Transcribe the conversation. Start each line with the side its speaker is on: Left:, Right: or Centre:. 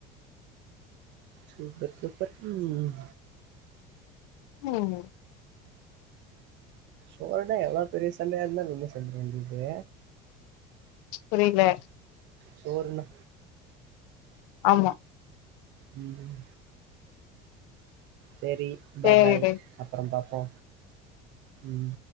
Right: சூப்பர் சூப்பர் ம்
Left: ம்
Right: போடு எவ்ளோ பெரிய சண்டையா இருந்தாலுமே சொல்லிர வேண்டிது
Left: புரில
Right: சோறுனா
Left: ஆமா
Right: ம் சேரி பாய்
Left: சேரிடே
Right: பாய் அப்புறம் பாப்போ ம்